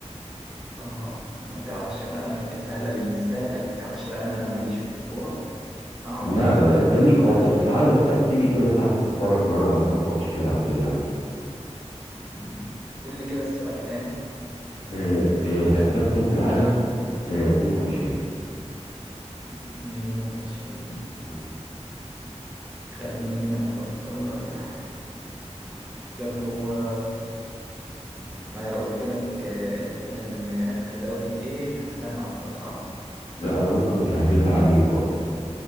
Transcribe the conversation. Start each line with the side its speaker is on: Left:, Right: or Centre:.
Centre: اه ما تعرفش بقى سهلة بالنسبة لك ما تعرفش بقى ان انا ماليش في الكورة هقعد
Left: لا
Centre: بقى
Left: لا انت ليك
Centre: أفكر
Left: برضه بس ساعات
Centre: فيه
Left: انت بتيجي كده ساعات بتتفرج معانا على كام ماتش كده على السريع برضه
Centre: مم. قول لي كده السؤال تاني
Left: آه، آه، هداف كأس العالم آه، 22
Centre: 22
Left: مم.
Centre: خليني أفكر طب هو ما أنا لو قلت لك آه، كان آه، في دولة إيه هتبان أكتر صح؟
Left: لا انا ممكن اسهلها عليك برضه